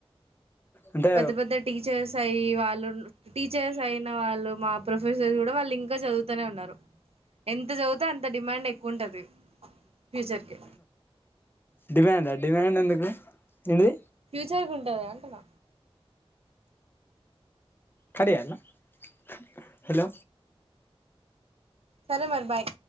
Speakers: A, on the left (about 20°); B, on the right (about 75°).
A: అంటే
B: పెద్ద పెద్ద టీచర్స్ అయి వాళ్ళు టీచర్స్ అయిన వాళ్ళు మా ప్రొఫెసర్స్ కూడా వాళ్ళు ఇంకా చదువుతూనే ఉన్నారు ఎంత చదువుతే అంత డిమాండ్ ఎక్కువుంటది ఫ్యూచర్‌కి.
A: డిమాండ్ డిమాండ్ ఎందుకు ఏంటిది
B: ఫ్యూచర్ కి ఉంటది అంటున్నా
A: హలో
B: సరే మరి బాయ్